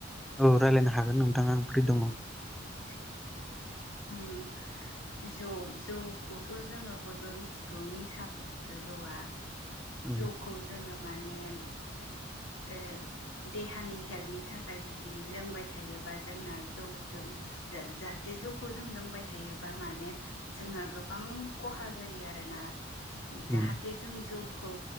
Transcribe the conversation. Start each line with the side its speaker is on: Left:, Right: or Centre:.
Centre: औ रायज्लायनो हागोन नोंथांङा आं फ्रि दंङ
Left: <inaudible> उम उम जौ जौखौथ' जोंङो बयबो मिथिगौ निसा बुस्थु जौआ
Centre: उम
Left: जौखौ जोंङो माने ओ देहानि हेल्थनि थाखाय जुदि लोंबाय थायोबा जोंना जौ जों जो जाहाथे जौखौ जों लोंबाय थायोबा माने जोंना गोबां खहा जायो। आरोना जाहाथे
Centre: उम
Left: जों जौ खौ